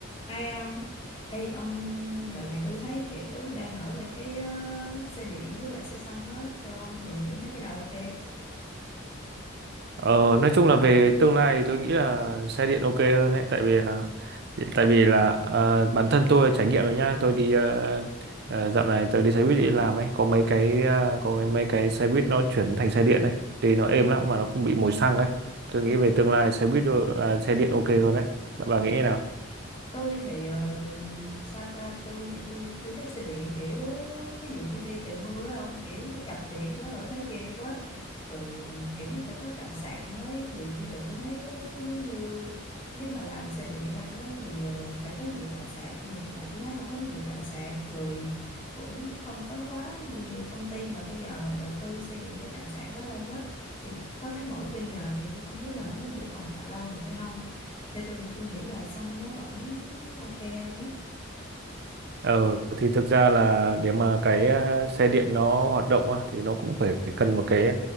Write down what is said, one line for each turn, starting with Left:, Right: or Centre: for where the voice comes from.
Left: Hay ông? Ê ông đợt này tôi thấy kiểu đang nổi lên cái ờ, xe điện với lại xe xăng á, theo ông thì ông thấy cái nào ok?
Right: Ờ, nói chung là về tương lai thì tôi nghĩ là xe điện ok hơn đấy tại vì là- tại vì là ờ, bản thân tôi trải nghiệm rồi nhá tôi đi ờ, ờ, dạo này tôi đi xe buýt đi làm ấy có mấy cái ờ, có cái mấy cái xe buýt nó chuyển thành xe điện đấy thì nó êm lắm mà nó không bị mùi xăng ấy
Left: Ừ.
Right: tôi nghĩ về tương lai xe buýt ờ, à, xe điện ok hơn đấy bạn bà nghĩ thế nào
Left: tôi thì ờ, sao ta tôi thì tôi tôi thấy xe điện kiểu ví dụ như đi trời mưa á ông kiểu nó chập điện nó là thấy ghê quá rồi kiểu nó phải có trạm sạc nữa ấy. thì bây giờ tôi thấy ờ, giống như nếu mà làm xe điện lanh á thì ờ, phải có nhiều trạm sạc nhưng mà hiện tại tôi thấy không có nhiều trạm sạc rồi cũng không có quá nhiều công ty mà bây giờ đầu tư xây dựng cái trạm sạc đó lanh á thì có thấy mỗi Vin à thì tôi không biết là nó có thể tồn tại lâu được hay không theo tôi thì tôi nghĩ là xăng nó vẫn ok hơn ấy
Right: Ờ, thì thực ra là để mà cái ờ, xe điện nó hoạt động á, thì nó cũng phải cần một cái